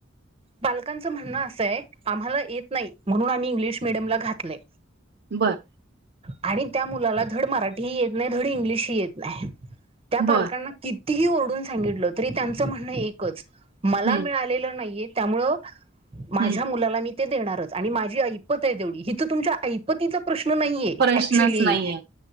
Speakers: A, on the right (about 30°); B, on the right (about 55°).
A: पालकांच म्हणणं असंय. आम्हाला येत नाही म्हणून आम्ही इंग्लिश मिडियमला घातलयं.
B: बर.
A: आणि त्या मुलाला धड मराठीही येत नाही धड इंग्लिश ह येत नाही त्या पालकांना
B: बर
A: किती. तिही ओरडून सांगितलं तरी त्यांचं म्हणणं एकच मला
B: हम्म
A: मिळालेलं नाहीयेत. त्यामुळं
B: हम्म
A: माझ्या मुलाला मी ते देणारच आणि माझी ऐपतहि आहे तेवढी.. इथ तुमच्या ऐपतीच- प्रश्न नाहीये
B: प्रश्नच
A: ऍक्च्युली
B: नाहीये